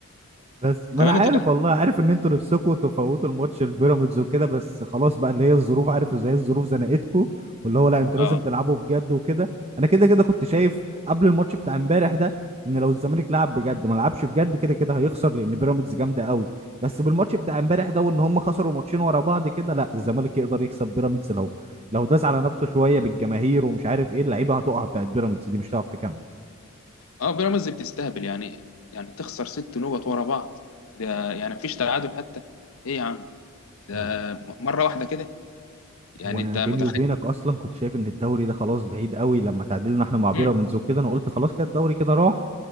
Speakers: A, on the right (about 30°); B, on the left (about 70°).
A: بس ما
B: كمان
A: انا عارف
B: انت
A: والله عارف ان انتوا نفسكم تفوتوا الماتش البيراميدز وكده بس خلاص بقى اللي هي الظروف عارف ازاي الظروف زنقتكم واللي هو لا انتوا
B: اه
A: لازم تلعبوا بجد وكده انا كده كده كنت شايف قبل الماتش بتاع امبارح ده ان لو الزمالك لعب بجد ما لعبش بجد كده كده هيخسر لان بيراميدز جامده قوي بس بالماتش بتاع امبارح ده وان هم خسروا ماتشين ورا بعض كده لا الزمالك يقدر يكسب بيراميدز لو لو داس على نفسه شويه بالجماهير ومش عارف ايه اللعيبه هتقع بتاعت بيراميدز دي مش هتعرف تكمل
B: اه بيراميدز بتستهبل يعني يعني تخسر ست نقط ورا بعض ده يعني مفيش تعادل حتى ايه يا عم ده
A: والله
B: م- مرة واحدة كده يعني
A: هو انا
B: انت متخيل
A: بيني وبينك اصلا كنت شايف ان الدوري ده خلاص بعيد قوي لما تعادلنا احنا مع بيراميدز
B: امم
A: وكده انا قلت خلاص كده الدوري كده راح